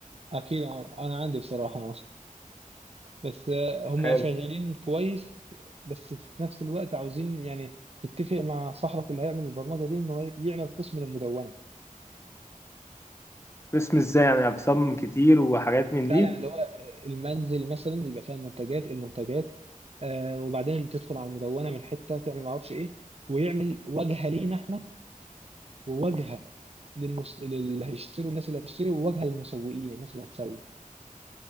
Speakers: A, on the right; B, on the left.
A: أكيد ع- أنا عندي بصراحة بس آه، هما
B: حلو
A: شغالين كويس بس في نفس الوقت عاوزين يعني تتفق مع صاحبك اللي هيعمل البرمجة دي إنه يعمل قسم للمدونة
B: قسم ازاي يعني اقسام كتير وحاجات من
A: لا
B: دي
A: يعني اللي هو المنزل مثلا يبقى فيها المنتجات المنتجات آه وبعدين اللي تدخل على المدونه من حته تعمل معرفش ايه ويعمل واجهه لينا احنا وواجهه للمس... اللي هيشتروا الناس اللي هتشتري وواجهه للمسوقين الناس اللي هتسوق